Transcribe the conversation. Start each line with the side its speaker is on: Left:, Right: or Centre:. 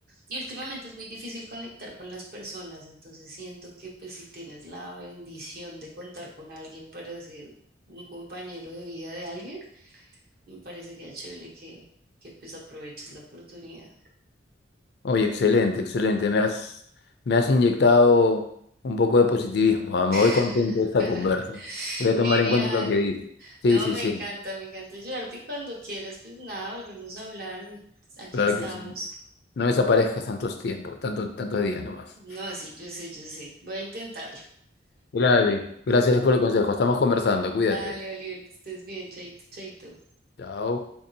Right: y últimamente es muy difícil conectar con las personas, entonces siento que pues si tienes la bendición de contar con alguien para ser un compañero de vida de alguien, me parecería chévere que, que pues aproveches la oportunidad.
Left: Oye, excelente, excelente. Me has, me has inyectado un poco de positivismo. Ah, Me voy
Right: <laughs>
Left: contento de esta conversa. Voy a
Right: Genial.
Left: tomar en cuenta lo que dices. Sí,
Right: No,
Left: sí,
Right: me
Left: sí,
Right: encanta, me encanta ayudarte y cuando quieras, pues nada, volvemos a hablar y aquí
Left: claro
Right: estamos.
Left: que sí. No desaparezcas tantos tiempos, tanto, tantos días nomás.
Right: No, sí, yo sé, yo sé. Voy a intentarlo.
Left: Dale, gracias por el consejo. Estamos conversando. Cuídate.
Right: Dale, Oliver, que estés bien, chaito, chaito.
Left: Chao.